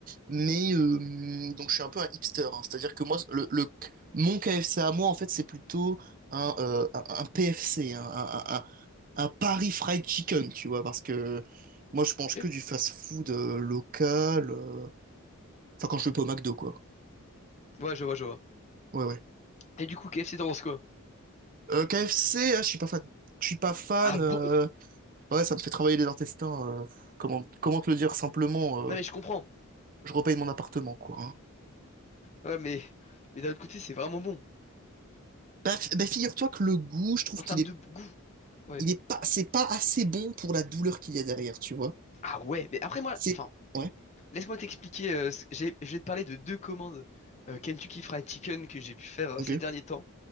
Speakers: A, on the right; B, on the left.
A: mais euh, donc je suis un peu un hipster, hein. c'est-à-dire que moi, le, le- mon KFC à moi, en fait, c'est plutôt un, euh, un, un PFC, un, un, un, un Paris Fried Chicken, tu vois, parce que moi, je
B: Ok.
A: mange que du fast-food euh, local, euh, enfin, quand je vais pas au McDo, quoi.
B: Ouais, je vois, je vois.
A: Ouais, ouais.
B: Et du coup, KFC, t'en penses quoi?
A: Euh, KFC, ah, je suis pas fan. Je suis pas fan,
B: Ah bon?
A: euh, ouais, ça me fait travailler les intestins, euh, comment, comment te le dire simplement,
B: Non,
A: euh,
B: mais je comprends.
A: je repaye mon appartement, quoi. hein.
B: Ouais, mais, mais d'un autre côté, c'est vraiment bon.
A: Bah, f- bah, figure-toi que le goût, je trouve
B: En
A: qu'il
B: termes
A: est,
B: de goût. Ouais.
A: il est pas, c'est pas assez bon pour la douleur qu'il y a derrière, tu vois.
B: Ah ouais, mais après moi,
A: C'est,
B: enfin,
A: ouais,
B: laisse-moi t'expliquer. euh, ce- j'ai- je vais te parler de deux commandes euh, Kentucky Fried Chicken que j'ai pu faire euh,
A: ok.
B: ces derniers temps.